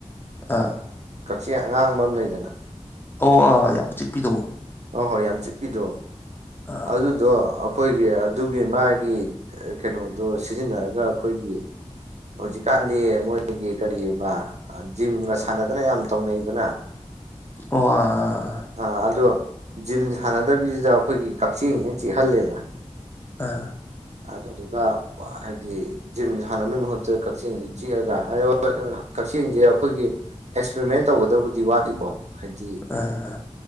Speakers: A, on the left; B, on the right.
A: ꯑꯥ
B: ꯀꯛꯆꯦꯡ ꯑꯉꯥꯡꯕ ꯑꯃ ꯂꯩꯗꯅ
A: ꯑꯣ ꯑꯥ ꯌꯥꯝ ꯆꯤꯛꯄꯤꯗꯣ
B: ꯍꯣꯏ ꯍꯣꯏ ꯌꯥꯝ ꯆꯤꯛꯄꯤꯗꯣ
A: ꯑꯥ
B: ꯑꯗꯨꯗꯣ ꯑꯩꯈꯣꯏꯒꯤ ꯑꯗꯨꯒꯤ ꯃꯥꯥꯏ ꯒꯤ ꯑꯥ ꯀꯩꯅꯣꯗꯣ ꯁꯤꯖꯤꯟꯅꯔꯒ ꯑꯩꯈꯣꯏꯒꯤ ꯍꯧꯖꯤꯛꯀꯥꯟꯗꯤ ꯃꯣꯏꯒꯤ ꯀꯔꯤꯕ ꯑꯥ ꯖꯤꯝꯒ ꯁꯥꯟꯅꯗꯅ ꯌꯥꯝ ꯇꯧꯅꯩꯗꯅ
A: ꯑꯣ ꯑꯥ
B: ꯑꯥ ꯑꯗꯣ ꯖꯤꯝ ꯁꯥꯟꯅꯗꯕꯤꯁꯤꯗ ꯑꯩꯈꯣꯏꯒꯤ ꯀꯛꯆꯦꯡꯁꯤꯅ ꯆꯤꯛꯍꯜꯂꯦꯗꯅ
A: ꯑꯥ
B: ꯑꯗꯨꯗꯨꯒ ꯍꯥꯏꯗꯤ ꯖꯤꯝ ꯁꯥꯟꯅꯕꯩ ꯃꯍꯨꯠꯇ ꯀꯛꯆꯤꯡꯁꯤ ꯆꯤꯛꯑꯒ ꯑꯑꯣꯏꯑꯣ ꯀꯛꯆꯦꯡꯁꯤ ꯑꯩꯈꯣꯏꯒꯤ ꯑꯦꯛꯁꯄꯔꯤꯃꯦꯟ ꯇꯧꯒꯗꯕꯨꯗꯤ ꯋꯥꯠꯂꯤꯀꯣ ꯍꯥꯏꯗꯤ
A: ꯑꯥ